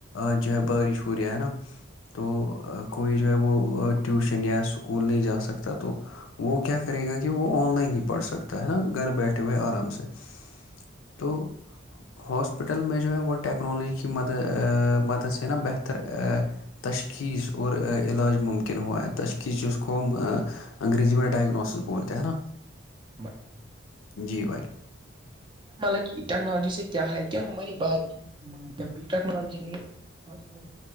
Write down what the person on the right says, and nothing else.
<inaudible>
مطلب کہ ٹیکنالوجی سے کیا ہے کیا ہماری بات چیم بھی ٹیکنالوجی نے تم